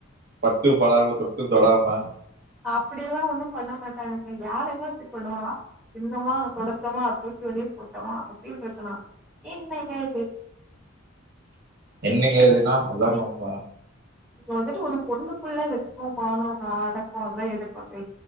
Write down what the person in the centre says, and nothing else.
அப்டில்லா ஒண்ணு பண்ண மாட்டாங்கங்க தோழி யாருங்க அப்டி பண்ணுவா தின்னமா தொடச்சமா தூக்கி வெளிய போட்டமா அப்டின்னு இருக்கனு என்னங்க இது
நீ
வந்துட்டு ஒரு பொண்ணுக்குள்ள வெக்கோ மானோ நடக்கு அதெல்லா எதிர்பாக்கவே